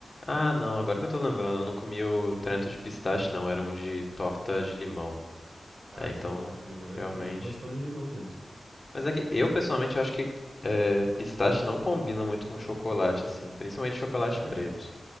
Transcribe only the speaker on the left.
Ah, não, agora que eu tô lembrando, eu não comi o Trento de pistache, não. Era um de torta de limão.
É, então,
realmente.
Mas é que eu pessoalmente acho que é, pistache não combina muito com chocolate, assim, principalmente chocolate
preto.